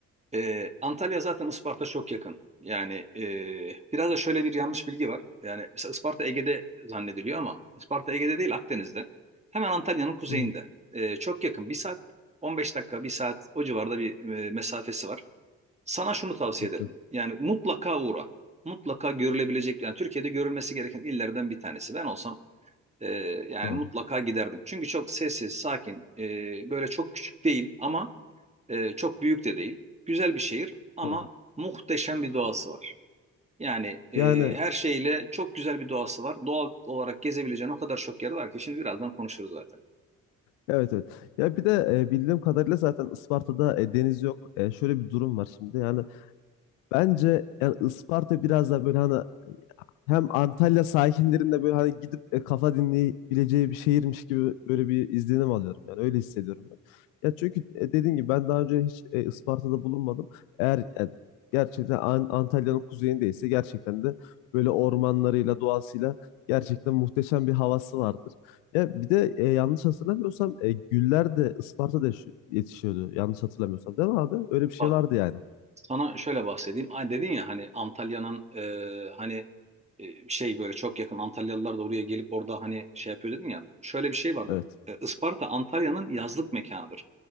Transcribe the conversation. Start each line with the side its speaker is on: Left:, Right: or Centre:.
Right: eee, Antalya zaten Isparta çok yakın. Yani eee, biraz da şöyle bir yanlış bilgi var. Yani mesela Isparta Ege'de zannediliyor ama Isparta Ege'de değil Akdeniz'de. Hemen Antalya'nın kuzeyinde.
Left: Hı,
Right: Eee, çok yakın. Bir saat 15 dakika, bir saat o civarda bir eee, mesafesi var. Sana şunu tavsiye
Left: çok
Right: ederim.
Left: güzel.
Right: Yani mutlaka uğra. Mutlaka görülebilecek yani Türkiye'de görülmesi gereken illerden bir tanesi. Ben olsam e, yani
Left: Doğru.
Right: mutlaka giderdim. Çünkü çok sessiz, sakin, e, böyle çok küçük değil ama e, çok büyük de değil. Güzel bir şehir ama
Left: Doğru.
Right: muhteşem bir doğası var. Yani e,
Left: Yani
Right: her şeyle çok güzel bir doğası var. Doğal olarak gezebileceğin o kadar çok yer var ki şimdi birazdan konuşuruz zaten.
Left: evet evet. Ya bir de e, bildiğim kadarıyla zaten Isparta'da e, deniz yok. E, şöyle bir durum var şimdi. Yani bence yani Isparta biraz da böyle hani hem Antalya sakinlerin böyle hani gidip e, kafa dinleyebileceği bir şehirmiş gibi böyle bir izlenim alıyorum. Yani öyle hissediyorum ben. Ya çünkü e, dediğim gibi ben daha önce hiç e, Isparta'da bulunmadım. Eğer e, gerçekten An- Antalya'nın kuzeyindeyse gerçekten de böyle ormanlarıyla, doğasıyla gerçekten muhteşem bir havası vardır. Ya bir de e, yanlış hatırlamıyorsam e, güller de Isparta'da yaş- yetişiyordu. Yanlış hatırlamıyorsam değil mi abi? Öyle bir şey
Right: Bak
Left: vardı yani.
Right: Sana şöyle bahsedeyim. Ay dedin ya hani Antalya'nın e, hani e, şey böyle çok yakın Antalyalılar da oraya gelip orada hani şey yapıyor dedin ya. Şöyle bir şey vardır.
Left: Evet.
Right: E, Isparta Antalya'nın yazlık mekanıdır.